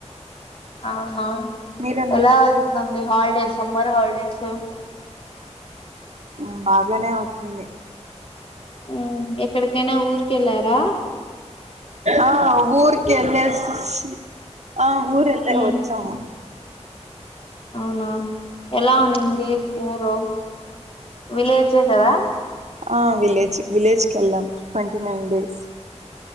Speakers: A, on the left (about 50°); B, on the right (about 70°).
A: అవునా
B: మీరేం
A: ఎలా
B: చేస్తున్నారు
A: ఎలుతుంది హాలిడేస్ సమ్మర్ హాలిడేసు
B: మ్ బాగానే అవుతుంది
A: మ్ ఎక్కడికైనా ఊరికి వెళ్ళారా
B: ఆ ఊర్కెళ్లేసి ఆ ఊరెళ్ళే
A: మ్మ్
B: వచ్చాము
A: అవునా ఎలా ఉనింది ఊరు విలేజే కదా
B: ఆ విలేజ్ విలేజ్ కి ఎళ్ళాం twenty nine days